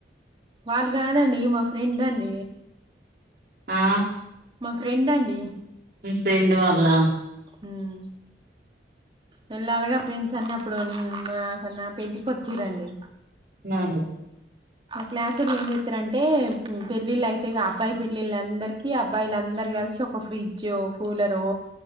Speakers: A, on the right; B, on the right.
A: వాళ్ళు కాదండి మా ఫ్రెండ్ అండి
B: ఆ
A: మా ఫ్రెండ్ అండి
B: మీ ఫ్రెండ్ వాళ్ళ
A: హ్మ్ వెళ్ళాలిగా ఫ్రెండ్స్ అన్న అప్పుడు మా నా పెంటికి వచ్చిరండి.
B: నార్మల్
A: ఆ క్లాసువొళ్ళు ఏం జేత్తరంటే పెళ్ళిళ్లు అయితేయిగా అబ్బాయి పెళ్ళిళ్ళందరికీ అబ్బాయిల అందరు కలిశి ఒ ఫ్రిడ్జో, కూలరో,